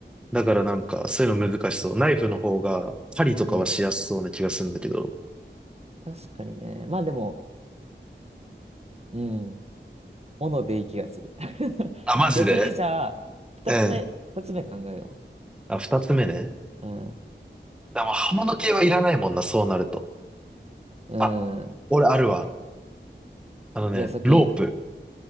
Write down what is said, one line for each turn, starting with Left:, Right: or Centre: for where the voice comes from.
Centre: だからなんか、そういうの難しそう。ナイフの方が、針とかはしやすそうな気がするんだけど。
Right: うん。確かにね。まあでも、うん。斧でいい気がする。<laughs>
Centre: あ、マジで
Right: 逆にじゃあ、二つ目、
Centre: うん。
Right: 二つ目考えよ
Centre: あ、二つ目ね。
Right: う。う
Centre: でも刃物系はいらないもんな、そうなると。
Right: ん。うん。
Centre: あ、俺あるわ。あのね、
Right: じゃあ先、
Centre: ロープ。